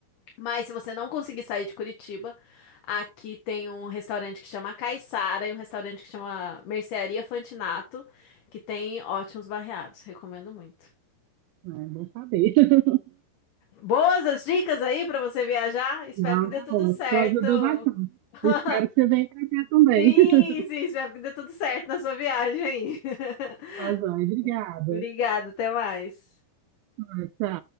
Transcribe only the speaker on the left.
Mas se você não conseguir sair de Curitiba, aqui tem um restaurante que chama Caiçara e um restaurante que chama Mercearia Fantinato, que tem ótimos barreados. Recomendo muito.
Boas as dicas aí para você viajar. Espero
que dê
tudo
certo.
<laughs>
Sim,
sim, espero que dê tudo certo na sua viagem aí. <laughs>
Obrigada, até mais.